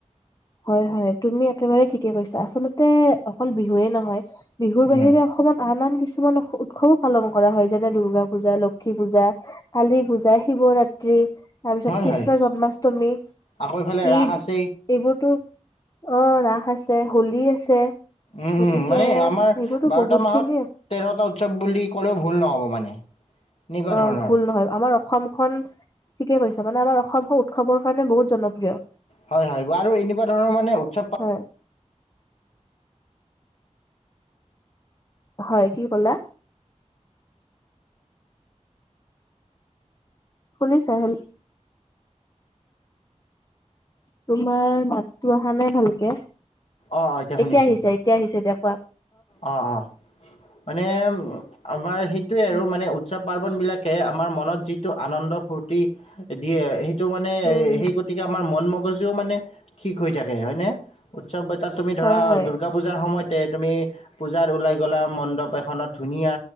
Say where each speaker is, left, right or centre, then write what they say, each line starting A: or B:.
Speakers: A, on the left (about 30°); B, on the left (about 60°).
A: হয় হয় তুমি একেবাৰে ঠিকে কৈছা আচলতে। অকল বিহুৱে নহয় বিহুৰ
B: উম,
A: বাহিৰে অসমত আন আন কিছু কিছুমান উৎসৱো পালন কৰা হয় যেনে দূৰ্গা পূজা লক্ষী পূজা। কালি পূজা, শিৱৰাত্ৰি তাৰ পিছত
B: হয়
A: কৃষ্ণৰ
B: হয়
A: জন্মাষ্টমী,
B: আকৌ ইফালে ৰাস
A: ঈদ
B: আছেই
A: এইবোৰ। ত অ ৰাস আছে হোলী আছে।
B: উম
A: গতিকে
B: উম মানে আমাৰ
A: এইবোৰতো
B: বাৰটা
A: বহুত
B: মাহত
A: খিনি
B: তেৰটা উৎসৱ বুলি ক'লেও ভুল নহ'ব মানে। এনেকুৱা
A: অ
B: ধৰণৰ
A: ভুল নহয় আমাৰ অসমখন ঠিকে কৈছে মানে আমাৰ অসমখন উৎসৱৰ কাৰণে বহুত। জনপ্ৰিয়।
B: হয় হয় আৰু এনেকুৱা ধৰণৰ মানে উৎসৱ পা
A: হয়, হয় কি কলা? শুনিছা হল, তোমাৰ মাতটো অহা নাই ভালকে।
B: অ' অ' শুনিছোঁ
A: এতিয়া আহিছে এতিয়া আহিছে দিয়া কোৱা।
B: অ অ মানে। আমাৰ সেই। এইটোৱে
A: উম
B: আৰু মানে উৎসৱ। পাৰ্বণবিলাকে আমাৰ মনত যিটো আনন্দ ফূৰ্তি দিয়ে। টো মানে
A: উম হুম
B: সেই গতিকে আমাৰ মন ম জও মানে ঠিক হৈ থাকে হয়নে? চব এ তাত তুমি ধৰা
A: হয় হয়
B: দুৰ্গা পূজাৰ সময়ত তুমি, পূজাত ওলাই গ'লা মণ্ডপ এখনত ধুনীয়া